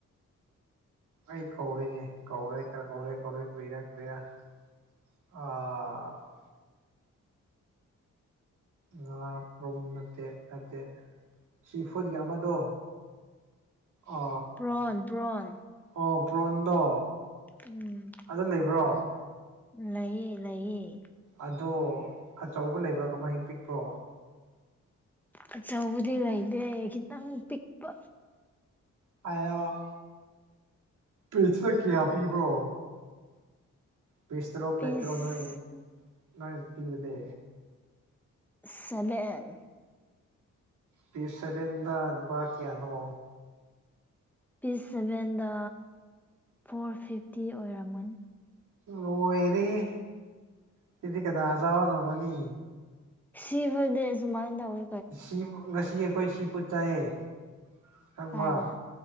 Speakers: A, on the right (about 85°); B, in the centre.
A: ꯑꯩ ꯀꯧꯔꯤꯅꯦ ꯀꯧꯔꯦ ꯀꯧꯔꯦ ꯀꯧꯔꯦ ꯀꯨꯏꯔ ꯀꯨꯏꯔ ꯑ ꯉꯥꯄ꯭ꯔꯨꯝ ꯅꯠꯇꯦ ꯅꯠꯇꯦ ꯁꯤꯐꯨꯠꯒꯤ ꯑꯃꯗꯣ ꯑ
B: ꯄ꯭ꯔꯣꯟ ꯄ꯭ꯔꯣꯟ
A: ꯑꯣ ꯄ꯭ꯔꯣꯟꯗꯣ
B: ꯎꯝ
A: ꯑꯗꯣ ꯂꯩꯕ꯭ꯔꯣ
B: ꯂꯩꯌꯦ ꯂꯩꯌꯦ
A: ꯑꯗꯣ ꯑꯆꯧꯕ ꯂꯩꯕ꯭ꯔꯥ ꯀꯃꯥꯏꯅ ꯄꯤꯛꯄ꯭ꯔꯣ
B: ꯥꯑꯆꯧꯕꯗꯤ ꯂꯩꯇꯦ ꯈꯤꯇꯪ ꯄꯤꯛꯄ
A: ꯑꯌꯥ ꯄꯦꯁꯥ ꯀꯌꯥ ꯄꯤꯕ꯭ꯔꯣ ꯄꯤꯁꯇꯔꯣ
B: ꯄꯤꯁ
A: ꯄ꯭ꯂꯦꯠꯇꯔꯣ ꯅꯣꯏ ꯅꯣꯏ ꯄꯤꯕꯗꯤ
B: ꯁꯚꯦꯟ
A: ꯄꯤꯁ ꯁꯚꯦꯟꯗ ꯂꯨꯄꯥ ꯀꯌꯥꯅꯣ
B: ꯄꯤꯁ ꯁꯚꯦꯟꯗ ꯐꯣꯔ ꯐꯤꯐꯇꯤ ꯑꯣꯏꯔꯝꯃꯅꯤ
A: ꯂꯣꯏꯔꯦꯍꯦ ꯁꯤꯗꯤ ꯀꯅꯥ ꯆꯥꯕ ꯉꯝꯒꯅꯤ
B: ꯁꯤ ꯐꯨꯠꯗꯤ ꯑꯁꯨꯃꯥꯏꯟ ꯇꯧꯋꯦ
A: ꯁꯤ ꯉꯁꯤ ꯑꯩꯈꯣꯏ ꯁꯤ ꯄꯨꯠ ꯆꯥꯏꯌꯦ ꯈꯪꯕ꯭ꯔꯥ
B: ꯀꯥꯏꯗ